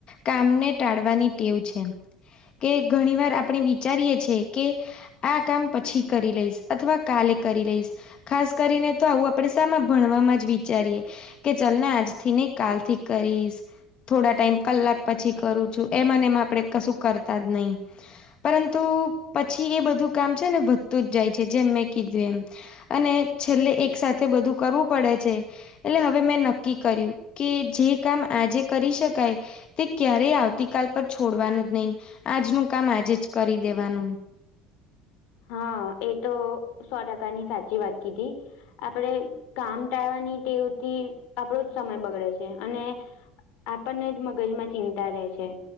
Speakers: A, on the left (about 45°); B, on the left (about 65°).
A: કામને ટાળવાની ટેવ છે. કે ઘણી વાર આપણે વિચારીએ છે કે આ કામ પછી કરી લઈશ. અથવા કાલે કરી લઈશ. ખાસ કરીને તો આવું આપડે સામા ભણવામાં જ વિચારીએ. કે ચલ ને આજથી નહી કાલ થી કરીશ. થોડા ટાઈમ કલાક પછી કરું છું. એમા ને એમાં આપણેે કશું કરતા જ નહી. પરંતુ પછી એ બધું કામ છે ને વધતું જ જાય છે. જેમ મેં કીધું એમ. અને છેલ્લે એક સાથે બધું કરવું પડે છે. એટલે હવે મેં નક્કી કર્યું કે જે કામ આજે કરી શકાય. તે ક્યારેય આવતી કાલ પર છોડવાનું જ નહી. આજનું કામ આજે જ કરી દેવાનું.
B: હા, એ તો સો ટકાની સાચી વાત કીધી. આપડે કામ ટાળવાની ટેવથી આપણો જ સમય બગડે છે. અને આપણને જ મગજમાં ચિંતા રહે છે.